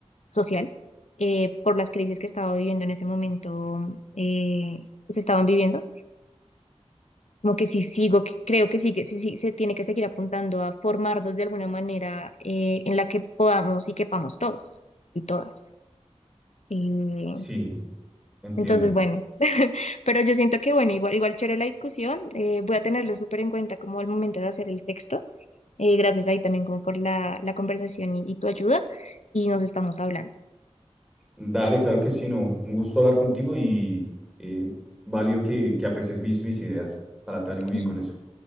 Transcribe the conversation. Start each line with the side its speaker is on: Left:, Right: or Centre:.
Left: social, eh, por las crisis que estaba viviendo en ese momento, eh, se estaban viviendo, como que sí sigo, que- creo que sí, que sí, sí se tiene que seguir apuntando a formarnos de alguna manera eh, en la que podamos y quepamos todos y todas. Eh,
Centre: Sí, entiendo.
Left: entonces, bueno, pero yo siento que, bueno, igual, igual chévere la discusión, eh, voy a tenerlo súper en cuenta como el momento de hacer el texto. Eh, gracias ahí también como por la, la conversación y, y tu ayuda y nos estamos hablando.
Centre: Dale, claro que sí, no. Un gusto hablar contigo y eh, válido que, que aprecies mis, mis ideas. Para te vaya muy
Left: <laughs>
Centre: bien con eso.